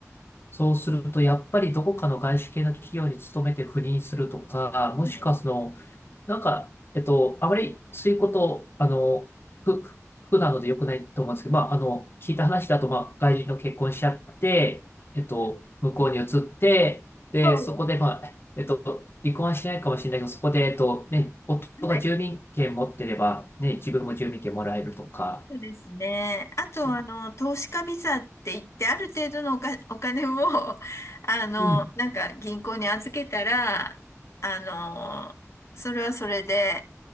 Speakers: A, on the left (about 45°); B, on the left (about 60°).
A: そうすると、やっぱりどこかの外資系の企業に勤めて赴任するとか、もしくはその、
B: はい。
A: なんか、えっと、あまりそういうこと、あの、ふ、ふ不なので良くないと思うんですけど、まあ、あの、聞いた話だと、まあ、外人の結婚しちゃって、えっと、向こうに移って、で、
B: そうで
A: そこで、まあ、えっと、離婚はしないかもしれないけど、そこで、えっと、ね、夫が住民権持ってれば、
B: す。はい
A: ね、自分も住民権もらえるとか、
B: そうですね。あと、
A: ですよね
B: あの、投資家ビザって言って、ある程度のおか、お金を、<laughs> あの、
A: うん。
B: なんか銀行に預けたら、あの、それはそれで、